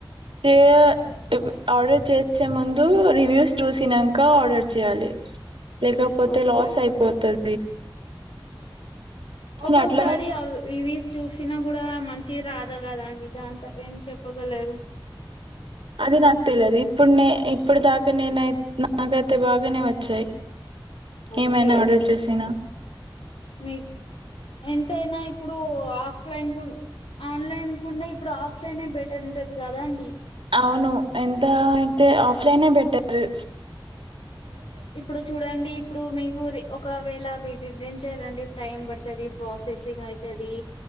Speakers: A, on the right; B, on the left.
A: <unintelligible> ఆర్డర్ చేసే ముందు రివ్యూస్ చూసినంక ఆర్డర్ చేయాలి లేకపోతే
B: ఓకే.
A: లాస్ అయిపోతది
B: ఒక్కోసారి
A: నేను అట్లనే
B: <unintelligible> చూసినా కూడ మంచిది రాద కదండి దాని తరవా ఏం చెప్పగలరు
A: అదిర్థంలే అది ఇప్పుడున్న ఇప్పుడుదాక <unintelligible> నాకైతే బాగానే వచ్చాయి
B: ఓకే.
A: ఏమైనా ఆర్డర్ చ్చేసిన
B: మీ ఎంతయిన ఇప్పుడు ఆఫ్లైన్ కు ఆన్లైన్ కుడ ఇప్పుడు ఆఫ్లైన్ బెటర్ ఉంటది కదా అండి
A: అవును ఎంత అయితే ఆఫ్లైనే బెటరు
B: ఇప్పుడు చూడండి ఇప్పుడు మీకు ఒకవేళ వీటిం చేయాలంటడి టైం పడుతుంది ప్రాసెసింగ్ అవుతుది